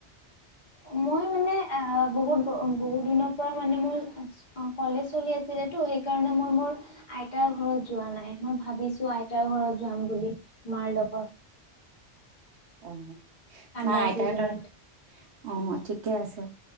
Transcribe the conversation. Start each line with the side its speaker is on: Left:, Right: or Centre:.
Left: মই মানে অ বহুত বহুত দিনৰ পৰা মানে মোৰ অ কলেজ চলি আছিলেটো, সেইকাৰণে মই মোৰ আই আইতাৰ এতিয়াও ঘৰত যোৱা নাই। মই ভাবিছো আইতাৰ ঘৰত যাম বুলি মাৰ লগত।
Right: অ
Left: ঠাণ্ডা
Right: নাই আইতাহঁতৰ
Left: চিজনত
Right: অ ঠিকে আছে।